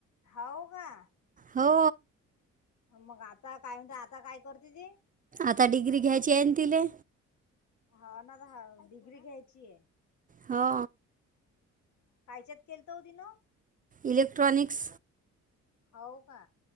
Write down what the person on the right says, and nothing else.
हो
आता डिग्री घ्यायची आहे ना तिले
हो
इलेक्ट्रॉनिक्स